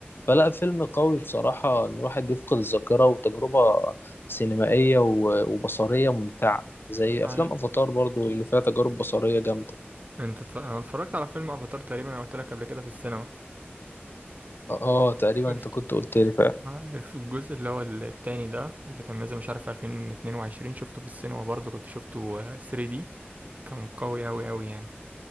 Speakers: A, on the left; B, on the right.
A: فلا فيلم قوي بصراحة إن الواحد بيفقد الذاكرة وتجربة سينمائية و- وبصرية ممتعة زي
B: أيوة.
A: أفلام أفاتار برضو اللي فيها تجارب بصرية جامدة
B: أنت اتف... أنا اتفرجت على فيلم أفاتار تقريبا أنا قلت لك قبل كده في السينما
A: آه تقريبا
B: بس
A: أنت كنت قلت لي فعلا
B: آه، الف- الجزء اللي هو التاني ده اللي كان نازل مش عارف 2022 شفته في السينما برضه كنت شفته آه، 3D كان قوي أوي أوي يعني